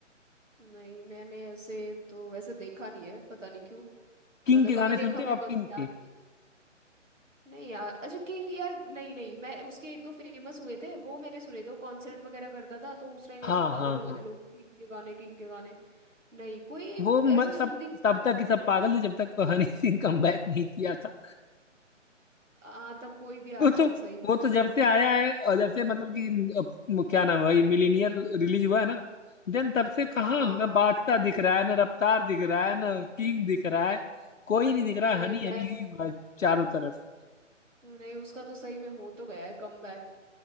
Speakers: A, on the right; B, on the left.
A: नहीं मैंने ऐसे तो वैसे देखा नहीं है पता नहीं क्यों
B: किंग
A: मतलब
B: के गाने
A: कभी देखा
B: सुनते
A: भी
B: हो आप
A: होगा
B: किंग
A: तो ध्यान
B: के
A: नहीं है। नहीं यार अच्छा किंग यार नहीं नहीं मैं उसके एक दो फेमस हुए थे वो मैंने सुने थे वो कॉन्सर्ट वगैरह करता था तो उस टाइम
B: हाँ
A: ऐसे पागल
B: हाँ
A: हो गए
B: हाँ
A: थे लोग किंग के गाने किंग के गाने नहीं कोई एक
B: वो म,
A: ऐसे सूदिंग
B: सब
A: सा
B: तब तक ही सब पागल थे जब तक हनी सिंह कमबैक नहीं किया था
A: आ, तब कोई भी आ
B: वो
A: रहा
B: तो
A: था सही
B: वो
A: में
B: तो जब से आया है और जब से मतलब कि अ, क्या नाम है भाई मिलीनियर रिलीज हुआ है ना देन तब से कहाँ
A: हाँ हाँ
B: ना
A: हाँ
B: बादशाह दिख रहा है ना रफ्तार दिख रहा है ना किंग दिख रहा है कोई नहीं दिख रहा
A: अरे
B: है हनी
A: गाय
B: हनी ही हुआ है चारों तरफ
A: नहीं उसका तो सही में हो तो गया है कमबैक